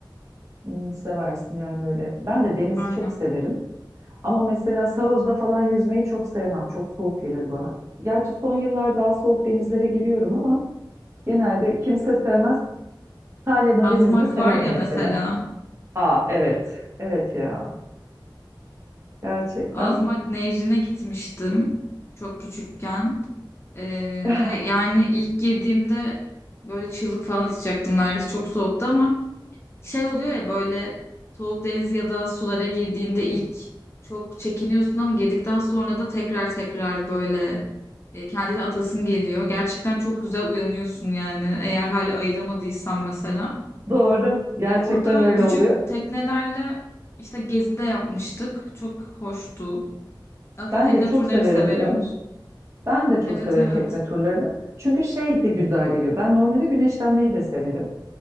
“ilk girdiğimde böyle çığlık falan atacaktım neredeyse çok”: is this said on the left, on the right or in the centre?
Left